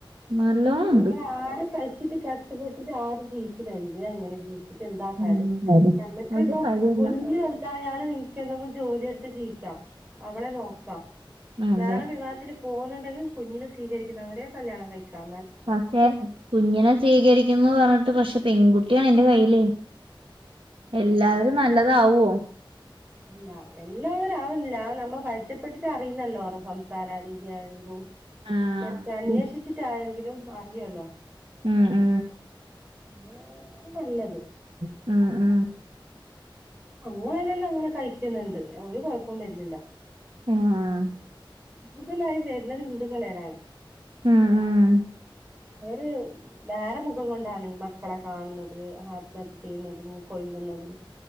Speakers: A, on the right; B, on the right.
A: നല്ലോണം ഉണ്ട്
B: ഇങ്ങനെ ആര ക് കഷ്ടപ്പെട്ടിട്ട് ആരും ജീവിക്കുല. എന്തിനാ ഇങ്ങനെ ജീവി ഇത് എന്താ
A: ഉം
B: കാര്യം ഞമ്മക്ക്പ്പ
A: ഒരു കാര്യല്ല
B: കുഞ്ഞു വൽതായാല നിങ്ങക്ക് എന്തെങ്കും ജോലിയ എടുത്ത് ജീവിക്കാം അവളെ നോക്കാം
A: അതെ
B: വേറെ വിവാഹത്തിന് പോവുന്നുണ്ടെങ്കിൽ കുഞ്ഞിന് സ്വീകരിക്കുന്നവരെ കല്യാണം കഴിക്കാും
A: പക്ഷെ കുഞ്ഞിനെ സ്വീകരിക്കുന്നു പറഞ്ഞിട്ട് പക്ഷെ പെൺകുട്ടിയാണ് എൻന്റെ കയ്ൽ
B: അതെ
A: എല്ലാവരും
B: അതെ അതെ
A: നല്ലതാവുമോ
B: ഇല്ല എല്ലാവരും ആവുന്നില്ല നമ്മ പ ഇഷ്ടപ്പെട്ടിട്ട് അറിയുന്നല്ലോ റോ സംസാരീതി ആയാലും
A: ഉം
B: മറ്റേ അന്വേഷിച്ചിട്ടായെങ്കിലും ല്ലോ
A: ഉം ഉം
B: അ നല്ലത്
A: ആഹ ഉഹ
B: അങ്ങനന്നെല്ലാം അങ്ങനെ കഴിക്കുന്നുണ്ട് അവ കൊഴപ്പം വരുന്നില്ല
A: ആഹ
B: കൂടുതലായി വരുന്നത് ഹിന്ദുക്കളേനാണ്
A: ആഹ ആ
B: അവര് വേറെ മുഖം കൊണ്ടാണ് മക്കളെ കാണുന്നത് ആത്മഹത്യ ചെയ്യുന്നതും കൊല്ലുന്നതും